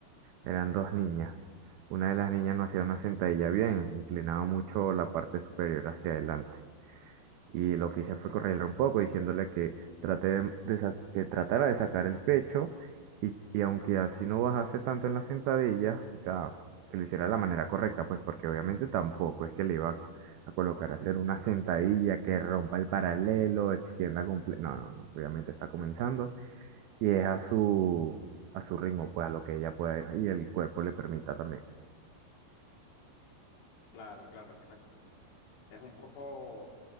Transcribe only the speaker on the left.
Claro, claro, exacto. Es un poco...